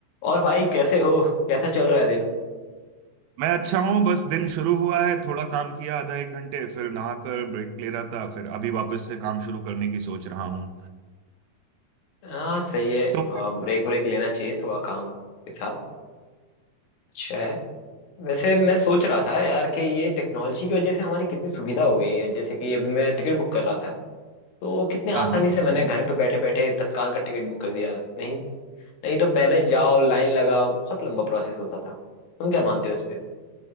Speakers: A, on the left; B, on the right.
A: और भाई कैसे हो कैसा चल रहा है दिन
B: मैं अच्छा हूँ बस दिन शुरू हुआ है थोड़ा काम किया आधा एक घंटे फिर नहाकर ब्रेक ले रहा था फिर अभी वापस से काम शुरू करने की सोच रहा हूँ
A: हाँ सही है
B: तुम
A: ब्रेक ब्रेक लेना चाहिए थोड़ा काम के साथ अच्छा है वैसे मैं सोच रहा था यार कि ये टेक्नोलॉजी की वजह से हमारी कितनी सुविधा हो गई है जैसे कि अभी मैं टिकट बुक कर रहा था तो कितने
B: हाँ
A: आसानी
B: हाँ
A: से मैंने घर पे बैठे बैठे तत्काल का टिकट बुक कर दिया नहीं नहीं तो पहले जाओ लाइन लगाओ बहुत लंबा प्रोसेस होता था तुम क्या मानते हो इस पे